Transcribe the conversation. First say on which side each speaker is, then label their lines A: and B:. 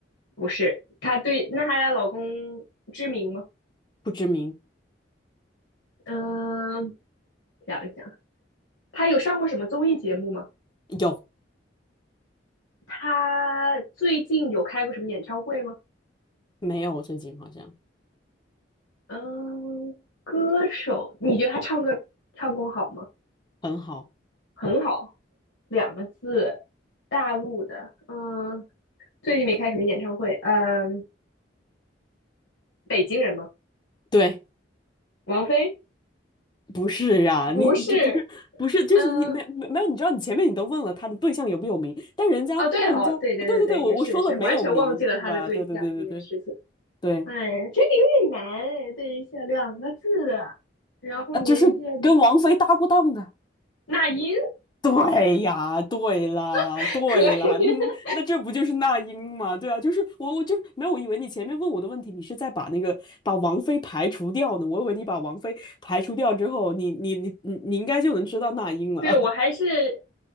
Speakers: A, on the left; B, on the left.
A: 不是，她对，那她老公知名吗？
B: 不知名，
A: 嗯、想一想。他有上过什么综艺节目吗？
B: 有
A: 他最近有开过什么演唱会吗？
B: 没有？最近好像
A: 嗯，歌手，你觉得他唱歌唱功好吗？
B: 很好，
A: 很好，两个字，大陆的。嗯，最近没开什么演唱会。嗯，北京人吗？
B: 对。
A: 王菲？
B: 不是呀、
A: 不是。
B: 你你这不是不是，就是你没没没有，
A: 嗯，
B: 你知道你前面你都问了他的对象有没有名，但人家那人家，
A: 哦，对哦，对对对对，
B: 对对对，我我说了没有名，
A: 也是也是，完全忘记了他的对象这件事情。
B: 对吧？对对对对对对，
A: 哎，这个有点难哎，对一下两个字的然后年纪还比
B: 呃，就是跟王菲搭过档的。
A: 那英，
B: 对呀，对啦，
A: <laughs>
B: 对啦，
A: 可以。
B: 嗯，那这不就是那英吗？对啊，就是我，我就没有，我以为你前面问我的问题，你是在把那个把王菲排除掉呢，我以为你把王菲排除掉之后，你你你你你应该就能知道那英了。
A: 对，我还是